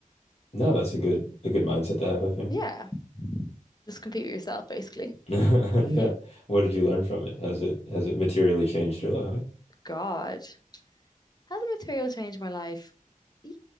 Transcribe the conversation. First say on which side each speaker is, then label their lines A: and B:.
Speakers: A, on the left; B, on the left.
A: No, that's a good a good mindset to have, I think.
B: Yeah, just compete with yourself basically.
A: <laughs> Yeah.
B: <laughs> um,
A: What did you learn from it? Has it has it materially changed your life?
B: God, has the material changed my life? Yeah,